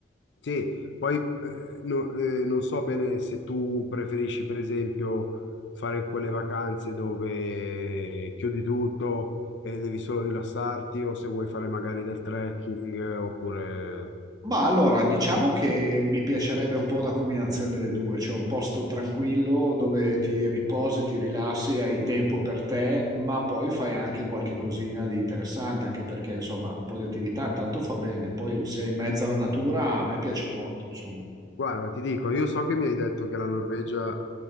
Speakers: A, on the left; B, on the right.
A: Sì, poi eh, no- eh, non so bene se tu preferisci, per esempio, fare quelle vacanze dove chiudi tutto e devi solo rilassarti, o se vuoi fare magari del trekking, eh, oppure...
B: Ma allora, diciamo che mi piacerebbe un po' una combinazione delle due, cioè un posto tranquillo dove ti riposi, ti rilassi, hai tempo per te, ma poi fai anche qualche cosina di interessante, anche perché insomma un po' di attività intanto fa bene, poi sei in mezzo alla natura, a me piace molto, insomma.
A: Guarda, ti dico, io so che mi hai detto che la Norvegia